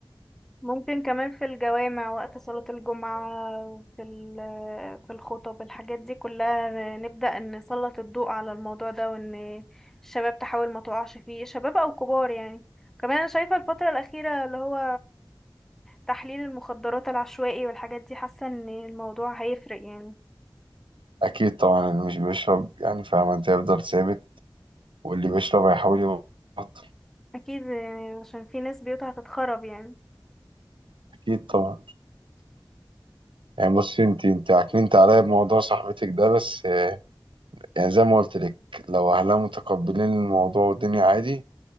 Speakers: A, in the centre; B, on the right.
A: ممكن كمان في الجوامع وقت صلاة الجمعة في ال- في الخطب الحاجات دي كلها ن- نبدأ نسلط الضوء على الموضوع ده وان الشباب تحاول ما تقعش فيه شباب او كبار يعني كمان انا شايفة الفترة الأخيرة اللي هو تحليل المخدرات العشوائي والحاجات دي حاسة ان الموضوع هيفرق يعني
B: أكيد طبعا اللي مش بيشرب يعني فاهم أنت هيفضل ثابت واللي بيشرب هيحاول يبطل
A: اكيد يعني عشان في ناس بيوتها هتتخرب يعني
B: أكيد طبعا يعني بصي أنت أنت عكننت عليا بموضوع صاحبتك ده بس آه، يعني زي ما قلت لك لو أهلها متقبلين الموضوع والدنيا عادي